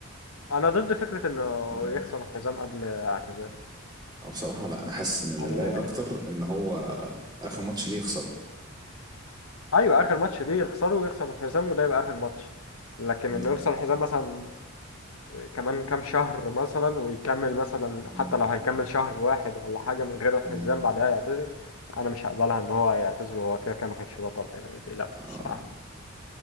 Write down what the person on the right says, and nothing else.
آه.
اه بصراحة لا انا حاسس ان لله
اكتر ان هو اخر ماتش ليه يخسره
مم.
مم.
مم.
آه.